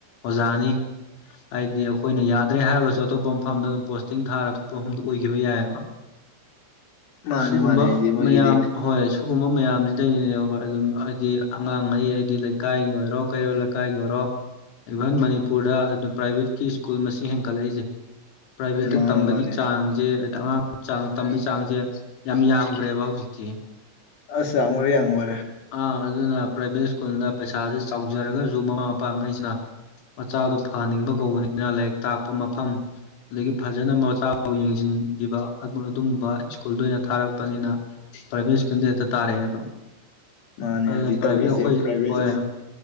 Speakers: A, on the left (about 80°); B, on the left (about 65°).
A: ꯑꯣꯖꯥꯅꯤ ꯍꯥꯏꯗꯤ ꯑꯈꯣꯏꯅ ꯌꯥꯗ꯭ꯔꯦ ꯍꯥꯏꯔꯒꯁꯨ ꯑꯇꯣꯞꯄ ꯃꯐꯝꯗ ꯑꯗꯨꯝ ꯄꯣꯁꯇꯤꯡ ꯊꯥꯔ ꯑꯇꯣꯞꯄ ꯃꯐꯝꯗ ꯑꯣꯏꯒꯤꯕ ꯌꯥꯏꯑꯕ
B: ꯃꯥꯅꯦ
A: ꯁꯤꯒꯨꯝꯕ
B: ꯃꯥꯅꯦ ꯑꯩꯗꯤ ꯃꯣꯏꯒꯤꯗꯤ
A: ꯃꯌꯥꯝ ꯍꯣꯏ ꯄꯨꯒꯨꯝꯕ ꯃꯌꯥꯝꯖꯤꯗꯩꯅꯤꯅꯦ ꯑꯈꯣꯏ ꯑꯗꯨꯝ ꯍꯥꯏꯗꯤ ꯑꯉꯥꯡꯉꯩ ꯍꯥꯏꯗꯤ ꯂꯩꯀꯥꯏꯒꯤ ꯑꯣꯏꯔꯣ ꯀꯩꯔꯣꯜ ꯂꯩꯀꯥꯏꯒꯤ ꯑꯣꯏꯔꯣ ꯏꯚꯟ ꯃꯅꯤꯄꯨꯔꯗ ꯑꯗꯨ ꯄ꯭ꯔꯥꯏꯚꯦꯠꯀꯤ ꯁ꯭ꯀꯨꯜ ꯃꯁꯤꯡ ꯍꯦꯟꯀꯠꯂꯛꯏꯖꯦ ꯄ꯭ꯔꯥꯏꯚꯦꯠꯇ
B: ꯃꯥꯅꯦ
A: ꯇꯝꯕꯒꯤ
B: ꯃꯥꯅꯦ
A: ꯆꯥꯡꯖꯦ ꯍꯥꯏꯗꯤ ꯑꯉꯥꯡ ꯆꯥꯡ ꯇꯝꯕꯩ ꯆꯥꯡꯖꯦ ꯌꯥꯝ ꯌꯥꯝꯒ꯭ꯔꯦꯕ ꯍꯧꯖꯤꯛꯇꯤ
B: ꯑꯁ ꯌꯥꯝꯒ꯭ꯔꯦ ꯌꯥꯝꯒ꯭ꯔꯦ
A: ꯑꯥ ꯑꯗꯨꯅ ꯄ꯭ꯔꯥꯏꯚꯦꯠ ꯁ꯭ꯀꯨꯜꯗ ꯄꯩꯁꯥꯖꯦ ꯆꯥꯎꯖꯔꯒꯁꯨ ꯃꯃꯥ ꯃꯄꯥꯉꯩꯁꯤꯅ ꯃꯆꯥꯗꯣ ꯐꯍꯟꯅꯤꯡꯕ ꯀꯧꯕꯅꯤꯅ ꯂꯥꯏꯔꯤꯛ ꯇꯥꯛꯄ ꯃꯐꯝ ꯑꯗꯒꯤ ꯐꯖꯅ ꯃꯆꯥ ꯐꯥꯎ ꯌꯦꯡꯁꯤꯟꯈꯤꯕ ꯑꯗꯨ ꯑꯗꯨꯝꯕ ꯁ꯭ꯀꯨꯜꯗ ꯑꯣꯏꯅ ꯊꯥꯔꯛꯄꯅꯤꯅ ꯄ꯭ꯔꯥꯏꯕꯦꯠ ꯁ꯭ꯀꯨꯜꯗ ꯍꯦꯛꯇ ꯇꯥꯔꯛꯑꯦꯕ
B: ꯃꯥꯅꯦ
A: ꯑꯗꯨꯅ
B: ꯍꯧꯖꯤꯛ
A: ꯄ꯭ꯔꯥꯏꯚꯦꯠ
B: ꯇꯧꯔꯤꯁꯦ
A: ꯑꯈꯣꯏ
B: ꯄ꯭ꯔꯥꯏꯚꯦꯠ
A: ꯍꯣꯏ